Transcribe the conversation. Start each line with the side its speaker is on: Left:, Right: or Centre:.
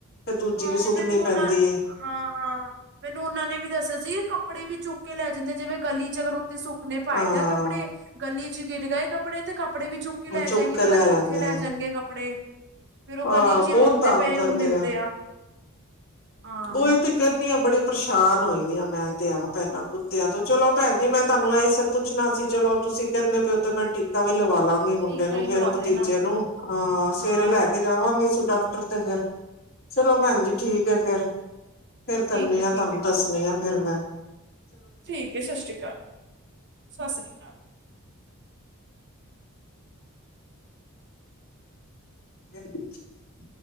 Left: ਤੇ ਦੂਜੀ
Right: ਹਾਂ
Left: ਵੀ ਸੁੱਟਣੀ
Right: ਮੈਨੂੰ ਉਹਨਾਂ
Left: ਪੈਂਦੀ ਐ
Right: ਹਾਂ ਹਾਂ ਮੈਨੂੰ ਉਹਨਾਂ ਨੇ ਵੀ ਦੱਸਿਆ ਸੀ, ਕੀ ਕੱਪੜੇ ਵੀ ਚੁੱਕ ਕੇ ਲੈ ਜਾਂਦੇ ਜਿਵੇਂ ਗਲੀ ਚ ਅਗਰ ਤੇ ਸੁੱਕਨੇ ਪਾਏ
Left: ਹਾਂ
Right: ਦੇ ਕੱਪੜੇ, ਗਲੀ ਚ ਗਿਰ ਗਏ ਕੱਪੜੇ ਤੇ ਕੱਪੜੇ ਵੀ ਚੁੱਕ ਕੇ ਲੈ
Left: ਉਹ
Right: ਜਾਏਗੇ,
Left: ਕੇ
Right: ਪਤਾ ਨੀ
Left: ਜਾਂਦੇ
Right: ਕਿੱਥੇ ਲੈ
Left: ਆ
Right: ਜਾਣਗੇ ਕੱਪੜੇ, ਫੇਰ ਉਹ
Left: ਹਾਂ
Right: ਗਲੀ ਚ ਹੀ
Left: ਬਹੁਤ
Right: ਰੁਲਦੇ
Left: ਤੰਗ
Right: ਪਏ
Left: ਕਰਦੇ
Right: ਉਹ ਮਿਲਦੇ ਆ, ਹਾਂ
Left: ਉਹੀ ਤੇ ਕਰਨੀ ਆ ਬੜੀ ਪਰੇਸ਼ਾਨ ਹੋਈ ਦੀ ਆ, ਮੈਂ ਤੇ ਆਪ ਏਨਾ ਕੁੱਤਿਆਂ ਤੋਂ, ਚਲੋ ਭੈਣ ਜੀ ਮੈਂ ਤੁਹਾਨੂੰ ਇਹੀ ਸ ਪੁੱਛਣਾ ਸੀ, ਚਲੋ ਤੁਸੀਂ ਕਹਿੰਦੇ ਪੇਓ ਤੇ ਮੈਂ ਟੀਕਾ ਵੀ ਲਵਾ ਲਾਂਗਾ, ਮੁੰਡੇ
Right: ਟੀਕਾ
Left: ਨੂੰ,
Right: ਹੀ
Left: ਫੇਰ
Right: ਲਵਾ ਲੈਣਾ
Left: ਭਤੀਜੇ ਨੂੰ, ਅਹ ਸਵੇਰੇ
Right: ਹਾਂ
Left: ਲੈ ਕੇ ਜਾਵਾਂਗੇ ਸੁ ਡਾਕਟਰ ਤੇ ਫਿਰ ਚਲੋ ਭੈਣ ਜੀ ਠੀਕ ਹੈ ਫੇਰ, ਫੇਰ
Right: ਠੀਕ
Left: ਕਰਨੀ
Right: ਹੈ
Left: ਆ
Right: ਠੀਕ
Left: ਤੁਹਾਨੂੰ
Right: ਹੈ
Left: ਦੱਸਣੀ ਆ ਫੇਰ ਮੈਂ
Right: ਠੀਕ ਹੈ ਸਤਿ ਸ਼੍ਰੀ ਅਕਾਲ, ਸਤਿ ਸ਼੍ਰੀ ਅਕਾਲ,
Left: ਹਗੇ <unintelligible>